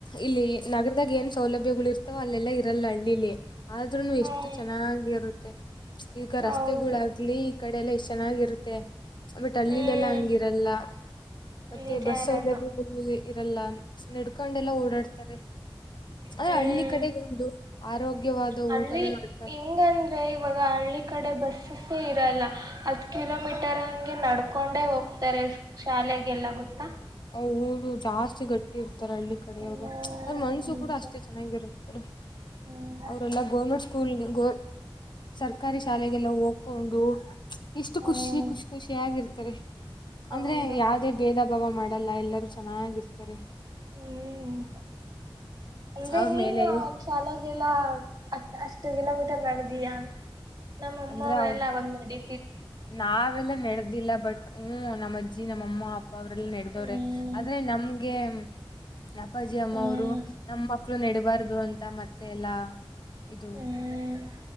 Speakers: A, on the left; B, on the right.
A: ಇಲ್ಲಿ ನಗರದಾಗ ಏನ್ ಸೌಲಭ್ಯಗಳು ಇರ್ತವೋ ಅಲ್ಲೆಲ್ಲಾ ಇರಲ್ಲ ಹಣಿಲಿ ಆದ್ರೂನು
B: ಹ್ಮ್
A: ಎಷ್ಟು ಚೆನ್ನನ್ನಾಗಿರುತ್ತೆ ಈಗ ರಸ್ತೆಗಳಾಗ್ಲಿ
B: ಹೌದು
A: ಕಡೆ ಎಲ್ಲ ಇಷ್ಟು ಚೆನ್ನಾಗಿರುತ್ತೆ ಬಟ್ ಅಲ್ಲಿಲ್ಲ
B: ಹ್ಮ್
A: ಎಲ್ಲಾ ಹಂಗಿರಲ್ಲ ಮತ್ತೆ
B: ನಿಜಾರಮ್ಮ
A: ಬಸ್ ಸೌಲಭ್ಯ ಇರಲ್ಲ ನೆಡ್ಕೊಂಡೆಲ್ಲಾ ಓಡಾಡ್ತಾರೆ ಅದ
B: ಹ್ಮ್
A: ಹಳ್ಳಿ ಕಡೆಗ ಒಂದು ಆರೋಗ್ಯವಾದ
B: ಹಳ್ಳಿ
A: ಊಟನೂ ಮಾಡ್ತಾನೆ
B: ಹೆಂಗಂದ್ರೆ ಇವಾಗ ಹಳ್ಳಿ ಕಡೆ ಬಸ್ಸಸ್ೇ ಇರಲ್ಲ ಹತ್ತು ಕಿಲೋಮೀಟರ್ ಹಗೆ ನಡ್ಕೊಂಡೆ ಹೋಗ್ತಾರೆ ಶಾಲೆ ಗೆ ಎಲ್ಲ ಗೊತ್ತಾ
A: ಹ ಊದು ಜಾಸ್ತಿ ಗಟ್ಟಿ ಇರ್ತ ತ ಹಳ್ಳಿ ಕಡೆಯವ್ರು
B: ಹ್ಮ್
A: ಅವ್ರ ಮನ್ಸು
B: ನಿಜ
A: ಕೂಡ ಅಷ್ಟೇ ಚೆನ್ನಾಗಿರುತ್ತ ಕಡ
B: ಹ್ಮ್
A: ಅವ್ರೆಲ್ಲ ಗೋರ್ಮೆಂಟ್ ಸ್ಕೂಲ್ ಗೋ ಸರ್ಕಾರಿ ಶಾಲೆಗೆಲ್ಲ ಹೋಗ್ಕೊಂಡು ಎಷ್ಟು
B: ಹ್ಮ್
A: ಖುಷಿ ಖುಷಿ ಖುಷಿ ಆಗಿರ್ತ
B: ಹೌದಪ್ಪ
A: ಅಂದ್ರೆ ಯಾವದೇ ಭೇದ ಭಾವ ಮಾಡಲ್ಲ ಎಲ್ಲರೂ ಚೆನ್ನಾಗಿರ್ತಾರೆ
B: ಹ್ಮ್ ಅಂದ್ರೆ
A: ಅವ್ರ
B: ನೀನ್
A: ಮೇಲೆಯೂ
B: ಅವಾಗ ಶಾಲಾಗೆಲ್ಲಾ ಅಷ್ಟ ಹತ್ತು ಕಿಲೋಮೀಟರ್ ನಡೆದಯ ನಮ್ಮಮ್ಮ
A: ಅಂದ್ರೆ ಅವ
B: ಎಲ್ಲ ಅವಾಗ ನಡಿ
A: ನಾವೆಲ್ಲ ನೆಡ್ದಿಲ್ಲ ಬಟ್ ಹ್ಮ ನಮ್ಮ್ ಅಜ್ಜಿ ನಮ್ಮಅಮ್ಮ ಅಪ್ಪ ಅವ್ರಲ್ಲಾ ನೆಡೆ್ದವ್ರೆ
B: ಹ್ಮ್
A: ಆದ್ರೆ ನಮ್ ಹಾಗಗೆ ಅಪ್ಪಾಜಿ ಅಮ್ಮ
B: ಹ್ಮ್
A: ಅವರು ನಮ್ಮ ಮಕ್ಕಳು ನೆಡಬಾರ್ದು ಅಂತ ಮತ್ತೆ ಎಲ್ಲಾ ಇದು
B: ಹ್ಮ್